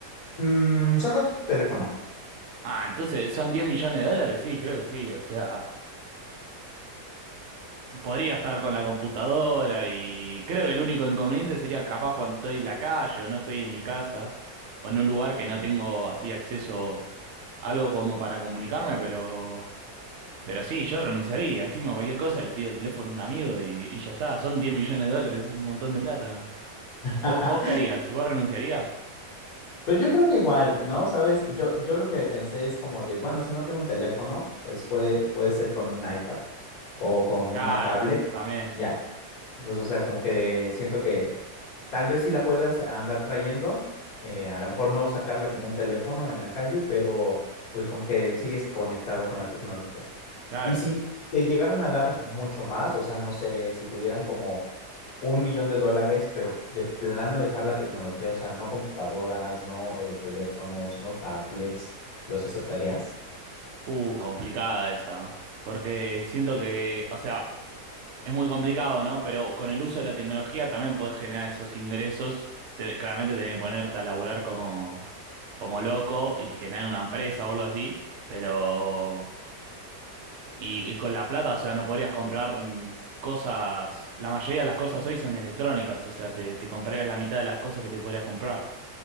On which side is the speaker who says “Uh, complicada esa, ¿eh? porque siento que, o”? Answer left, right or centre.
Right